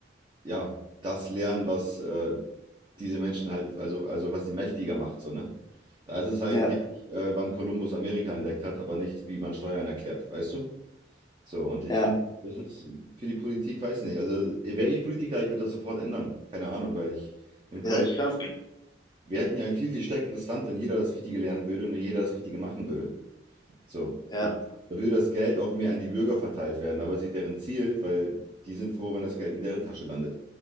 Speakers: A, on the right; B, on the left.
A: ja das lernen, was äh, diese Menschen halt, also, also was die mächtiger macht, so, ne? Da ist es halt
B: Ja,
A: wichtig, äh, wann Kolumbus Amerika entdeckt hat, aber nicht, wie man Steuern erklärt, weißt du? So, und ich
B: ja,
A: finde, das ist für die Politik, weiß nicht, also wäre ich Politiker, ich würde das sofort ändern, keine Ahnung, weil ich im Kollektiv,
B: ja, klar.
A: wir hätten ja ein viel, viel stärkeres Land, wenn jeder das Richtige lernen würde und jeder das Richtige machen würde. So,
B: Ja,
A: da wü- da würde das Geld auch mehr an die Bürger verteilt werden, aber es ist nicht deren Ziel, weil die sind froh, wenn das Geld in deren Tasche landet.